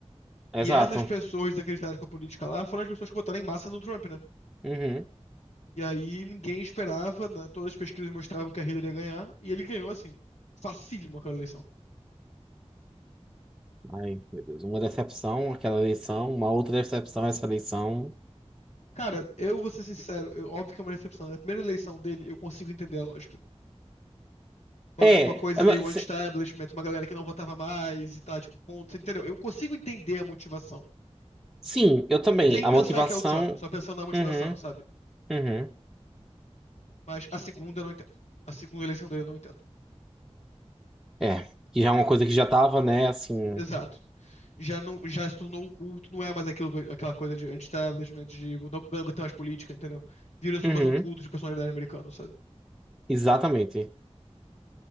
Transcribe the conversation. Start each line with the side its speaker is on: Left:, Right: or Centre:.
Centre: Exato.
Left: E essas pessoas desacreditadas com a política lá foram as pessoas que votaram em massa no Trump, né?
Centre: Uhum.
Left: E aí ninguém esperava, né? Todas as pesquisas mostravam que a Hillary ia ganhar, e ele ganhou assim, facílimo aquela eleição.
Centre: Ai, meu Deus. Uma decepção, aquela eleição. Uma outra decepção, essa eleição.
Left: Cara, eu vou ser sincero, eu- óbvio que é uma decepção. Na primeira eleição dele, eu consigo entender a lógica. uma,
Centre: É,
Left: uma coisa
Centre: é, mas,
Left: meio anti-establishment, uma galera que não votava mais e tá, tipo, contra, entendeu? Eu consigo entender a motivação,
Centre: sim, eu também.
Left: sem
Centre: A
Left: pensar
Centre: motivação.
Left: que é o Trump, só pensando na motivação,
Centre: Uhum,
Left: sabe?
Centre: uhum.
Left: Mas a segunda eu não entendo. A segunda eleição dele eu não entendo.
Centre: É, que já é uma coisa que já tava, né, assim.
Left: Exato. Já, não, já se tornou um culto, não é mais aquilo, aquela coisa de anti-establishment, de não não aguentar mais política, entendeu? Vira só
Centre: Uhum,
Left: mais um culto de personalidade americana, sabe?
Centre: exatamente.